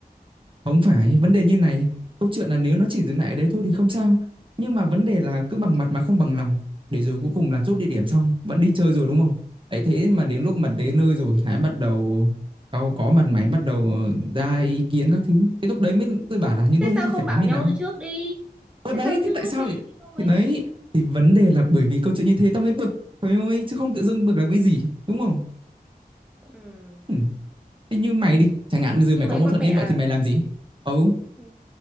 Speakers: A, on the right; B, in the centre.
A: Không phải, vấn đề như này, câu chuyện là nếu nó chỉ dừng lại ở đấy thôi thì không sao. Nhưng mà vấn đề là cứ bằng mặt mà không bằng lòng, để rồi cuối cùng là chốt địa điểm xong, vẫn đi chơi rồi đúng không? Ấy thế mà đến lúc mà đến nơi rồi lại bắt đầu cau có mặt mày bắt đầu ờ, ra ý kiến các thứ. Thế lúc đấy mới tôi bảo là những
B: Thế
A: lúc ấy
B: sao không
A: phải
B: bảo
A: làm như
B: nhau
A: nào.
B: từ trước đi?
A: Ở
B: Thế
A: đấy
B: sao
A: thì
B: trước
A: tại
B: lúc
A: sao
B: đi
A: lại
B: thì không
A: thì
B: ấy
A: đấy
B: đi?
A: thì vấn đề là bởi vì câu chuyện như thế tao mới bực. Trời ơi, chứ không tự dưng bực làm cái gì, đúng không?
B: Ừ,
A: Ừ. Thế như mày đi, chẳng hạn bây giờ
B: như
A: mày có
B: mấy
A: mâu
B: con
A: thuẫn
B: mẹ
A: như
B: à?
A: vậy thì mày làm gì? Ừ.
B: Ừ,